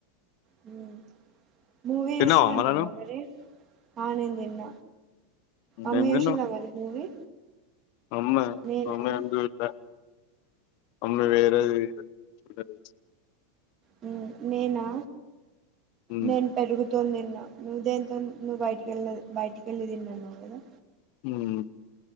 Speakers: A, on the right; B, on the left.
A: హుమ్ మూవీ
B: తిన్నావా
A: చూసిరంటన
B: మల్ల నువ్
A: ఆమెది ఆ నిన్ తిన్న అమ్మ
B: ఏం
A: చూసిందా
B: తిన్నావ్
A: మరి మూవీ
B: అమ్మ
A: నేనా
B: అమె
A: హ్మ్.
B: ఎదు <inaudible> త అమ్మ వేరది <unintelligible>
A: హు నేనా
B: ఉమ్
A: నేను పెరుగు తోన్ తిన్న నువు దేంతోన్ నువ్ బయటికెళ్ళి బయటికేల్లి తిన్ననవు కదా
B: హ్మ్